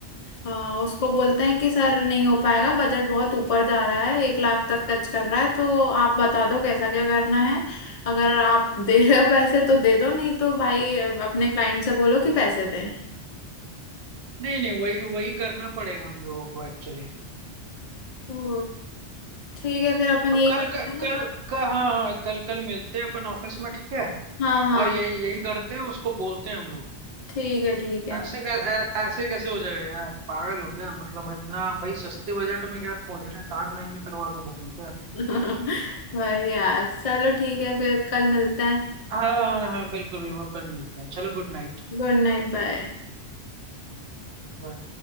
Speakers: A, on the left (about 45°); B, on the right (about 65°).
A: अ, उसको बोलते हैं कि सर नहीं हो पाएगा बजट बहुत ऊपर जा रहा है एक लाख तक टच कर रहा है तो आप बता दो कैसा क्या करना है अगर आप दे रहे हो पैसे तो दे दो नहीं तो भाई अ, अपने क्लाइंट से बोलो कि पैसे दें
B: नहीं नहीं वही वही करना पड़ेगा हम लोगों को एक्चुअली
A: तो ठीक है फिर अपन
B: तो
A: यही
B: कल
A: करते
B: क-
A: हैं
B: कल का हाँ हाँ कल कल मिलते हैं अपन ऑफिस में ठीक है
A: हाँ हाँ
B: और यही यही करते हैं उसको बोलते हैं हम लोग
A: ठीक है ठीक है
B: ऐसे कै- ऐ- ऐसे कैसे हो जाएगा यार पागल हो क्या मतलब इतना भाई सस्ते बजट में क्या खोज रहे हैं ताजमहल में करवा दो बुकिंग क्या
A: <laughs> भाई यार चलो ठीक है फिर कल मिलते हैं
B: हाँ हाँ हाँ बिल्कुल बिल्कुल कल मिलते हैं चलो गुड नाइट
A: Good night bye
B: बाय।